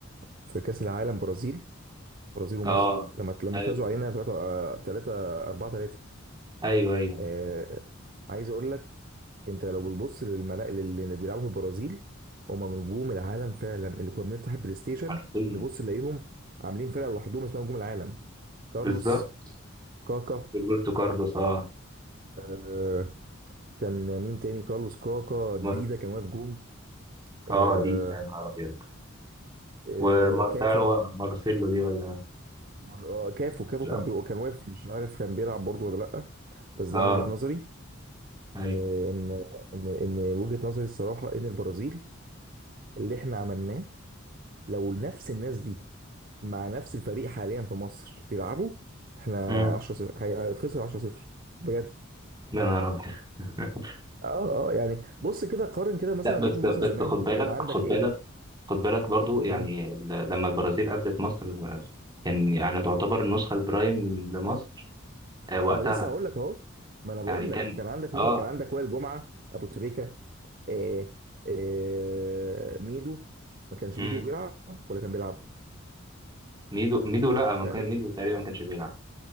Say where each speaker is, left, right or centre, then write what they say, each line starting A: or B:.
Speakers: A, on the right; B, on the right.
A: في كاس العالم برازيل برازيل ومصر
B: اه
A: لما لما
B: ايوه
A: فازوا علينا 3 3 4 3
B: ايوه ايوه
A: آه عايز اقول لك انت لو بتبص للملا اللي بيلعبوا في البرازيل هم نجوم العالم فعلا اللي كنا بنفتح البلاي ستيشن
B: حرفيا
A: نبص نلاقيهم عاملين فرقه لوحدهم اسمها نجوم العالم كارلوس
B: بالظبط
A: كاكا
B: روبرتو كارلوس اه
A: آه كان مين تاني كارلوس كاكا ديدا
B: مر...
A: كان واقف جون آه
B: اه دي يا نهار ابيض
A: آه
B: ومارسيلو
A: كافو تقريبا
B: مارسيلو دي ولا
A: مر- اه كافو كافو
B: لا
A: كان بي... كان واقف مش عارف كان بيلعب برضه ولا لا بس ده
B: اه
A: من وجهه نظري
B: ايوه
A: آه ان ان ان وجهه نظري الصراحه ان البرازيل اللي احنا عملناه لو نفس الناس دي مع نفس الفريق حاليا في مصر بيلعبوا احنا
B: امم
A: 10 0 هيتخسر 10 0 بجد
B: يا نهار ابيض <laughs>
A: اه اه يعني بص كده قارن كده مثلا
B: لا بس
A: برضو مصر
B: بس
A: زمان
B: خد بالك
A: كان عندك
B: خد بالك
A: ايه
B: خد بالك برضو يعني
A: <laughs> مم.
B: ل- لما البرازيل قابلت مصر آه، كان يعني تعتبر النسخة البرايم لمصر آه، وقتها
A: ما انا لسه هقول لك اهو ما انا بقول
B: يعني كان
A: لك كان عندك
B: اه
A: مين كان عندك وائل جمعه ابو تريكه آه آه ميدو ما كانش
B: امم
A: ميدو بيلعب ولا كان بيلعب
B: ميدو ميدو لا ما
A: لا
B: كان
A: بي-
B: ميدو تقريبا ما كانش بيلعب